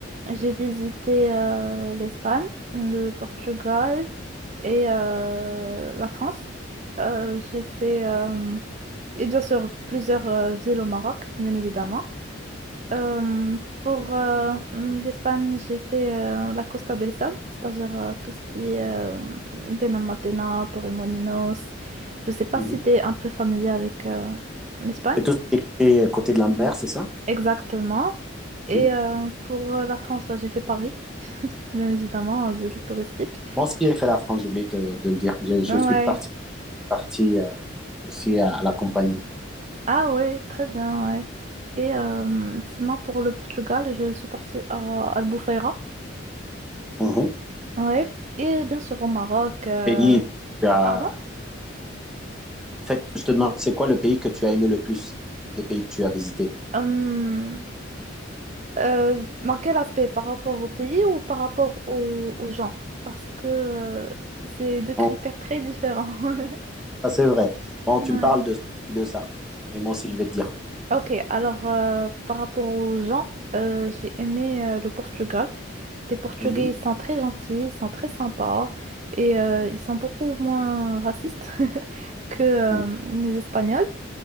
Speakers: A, on the right; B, in the centre.
A: j'ai visité euh, l'Espagne, le Portugal et euh, la France. Euh, j'ai fait, euh, et bien sûr, plusieurs euh, villes au Maroc, bien évidemment. Euh, pour euh, d'Espagne, j'ai fait euh, la Costa del Sol, c'est-à-dire euh, tout ce qui est euh, Benalmádena, Torremolinos. Je sais pas
B: Mhm.
A: si tu es un peu familier avec euh, l'Espagne.
B: Et tout ce qui est côté, côté de la mer, c'est ça?
A: Exactement. Et
B: Mhm.
A: euh, pour euh, la France, bah, j'ai fait Paris, bien évidemment, en ville touristique.
B: Bon, si j'ai fait la France, j'ai oublié te- de le dire. Je, je
A: Ouais.
B: suis parti, parti euh, aussi à, la compagnie.
A: Ah ouais, très bien, ouais. Et euh, sinon, pour le Portugal, je suis partie à Albufeira.
B: Mhm.
A: Ouais. Et bien sûr au Maroc. euh,
B: Pays, que tu as-
A: Pardon?
B: En fait, je te demande, c'est quoi le pays que tu as aimé le plus des pays que tu as visités?
A: Hum, euh, dans quel aspect? Par rapport au pays ou par rapport au- aux gens? Parce que euh, c'est deux critères
B: Bon,
A: très différents. <laughs>
B: ça, c'est vrai. Bon,
A: Ouais.
B: tu me parles de, de ça. Et moi aussi, je vais te dire.
A: Ok, alors euh, par rapport aux gens, euh, j'ai aimé euh, le Portugal. Les Portugais,
B: Mhm.
A: ils sont très gentils, ils sont très sympas et euh, ils sont beaucoup moins racistes <laughs> que euh,
B: Mhm.
A: les Espagnols.